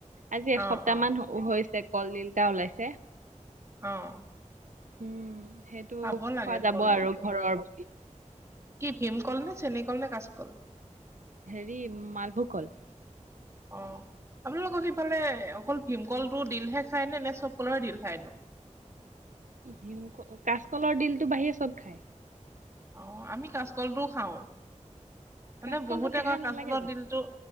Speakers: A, on the right (about 90°); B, on the right (about 20°).
A: আজি এসপ্তাহ
B: অ অ
A: মান হৈছে কলডিল এটা ওলাইছে।
B: অ'।
A: উম, সেইটো
B: খাব
A: খোৱা
B: লাগে
A: যাব
B: কলডিলটো
A: আৰু ঘৰৰ প্ৰতি।
B: কি ভীম কলনে, চেনি কলনে, কাচকল?
A: হেৰি মালভোক কল।
B: অ'। আপোনালোকৰ সিফালে অকল ভীমকল টো দিলহে খায় নে নে চব কলৰে দিল খায় নো?
A: ভিম কাচকলৰ দিলটো বাহিৰে চব খায়।
B: অ' আমি কাচকলটোও খাওঁ, মানে
A: কাচকলটো
B: বহুতে
A: কেহা
B: কয়
A: নালাগে
B: কাচকলৰ
A: জানো?
B: দিলটো